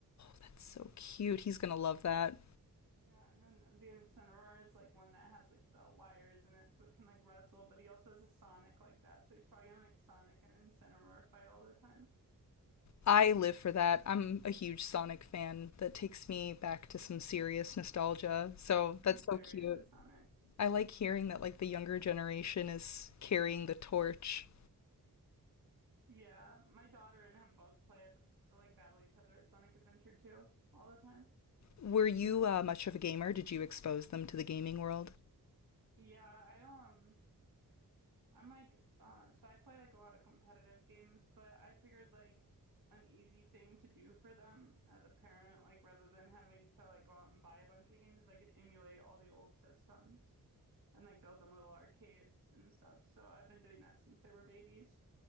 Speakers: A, on the left; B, on the right.
A: That's so cute. He's gonna love that.
B: Yeah, and then the Incineroar is like one that has like the wires in it, so it can like wrestle. But he also has a Sonic like that, so he's probably gonna make Sonic and Incineroar fight all the time.
A: I live for that. I'm a huge Sonic fan. That takes me back to some serious nostalgia. So that's
B: He's
A: so
B: very
A: cute.
B: into Sonic.
A: I like hearing that like the younger generation is carrying the torch.
B: Yeah, my daughter and him both play it. They like battle each other at Sonic Adventure 2 all the time.
A: Were you uh, much of a gamer? Did you expose them to the gaming world?
B: Yeah, I um I'm like uh so I play like a lot of competitive games, but I figured like an easy thing to do for them as a parent, like rather than having to like go out and buy a bunch of games, I could emulate all the old systems and like build them little arcades and stuff. So I've been doing that since they were babies.